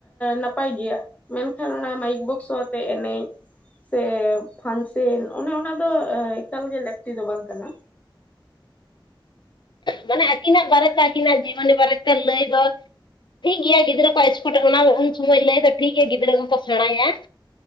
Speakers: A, on the left (about 15°); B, on the left (about 60°).
A: ᱱᱟᱯᱟᱭ ᱜᱮᱭᱟ ᱢᱮᱱᱠᱷᱟᱱ ᱚᱱᱟ ᱢᱟᱭᱤᱠ ᱵᱚᱠᱥᱚ ᱟᱛᱮ ᱮᱱᱮᱡ ᱥᱮ ᱯᱷᱟᱱᱥᱮᱱ ᱚᱱᱮ ᱚᱱᱟ ᱫᱚ ᱮᱠᱟᱞ ᱜᱮ ᱞᱟᱹᱠᱛᱤ ᱫᱚ ᱵᱟᱝ ᱠᱟᱱᱟ
B: ᱢᱟᱱᱮ ᱟᱹᱠᱤᱱᱟᱜ ᱵᱟᱨᱮᱛᱮ ᱟᱹᱠᱤᱱᱟᱜ ᱡᱤᱵᱚᱱᱤ ᱵᱟᱨᱮᱛᱮ ᱞᱟᱹᱭ ᱫᱚ ᱴᱷᱤᱠ ᱜᱮᱭᱟ ᱜᱤᱫᱽᱨᱟᱹ ᱠᱚ ᱥᱠᱯᱟᱴ ᱚᱱᱟ ᱩᱱ ᱥᱚᱢᱚᱭ ᱞᱟᱹᱭᱫᱚ ᱴᱷᱤᱠ ᱜᱮᱭᱟ ᱜᱤᱫᱽᱨᱟᱹ ᱠᱚᱠᱚ ᱥᱮᱬᱟᱭᱟ